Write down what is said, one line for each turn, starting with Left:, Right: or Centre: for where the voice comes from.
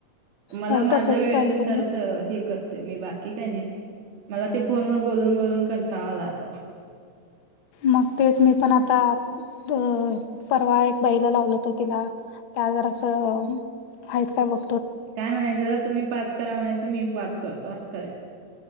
Right: मला
Left: होय
Right: माझ्या
Left: तसंच
Right: वेळेनुसार
Left: करतो मी.
Right: हे कर मी बाकी काही नाही मला ते फोन व बोलून बोलून कणताा आलाता
Left: मग तेच मी पण आता अ परवा एक बाईला लावल होतो तिला त्या जरा असं आहेत काय बघ
Right: काय म्हणायचं तुम्ही पाच करा म्हणायचं मी पाच करतो असं करायचं